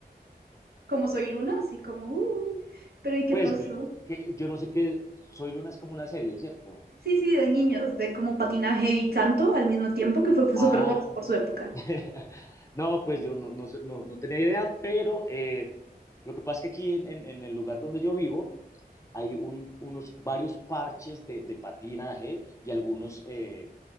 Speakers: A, on the right (about 70°); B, on the left (about 20°).
A: como soy Luna, así como, uh, pero ¿y qué
B: Pues
A: pasó?
B: que yo no sé qué, Soy Luna es como una serie, ¿cierto?
A: Sí, sí, de niños, de como patinaje y canto al mismo tiempo, que fue, fue
B: Ah,
A: súper famoso por su época.
B: <laughs> no, pues yo no, no, sé- no, no tenía idea, pero eh, lo que pasa es que aquí en, en- en el lugar donde yo vivo, hay un, unos varios parches de, de patinaje y algunos eh,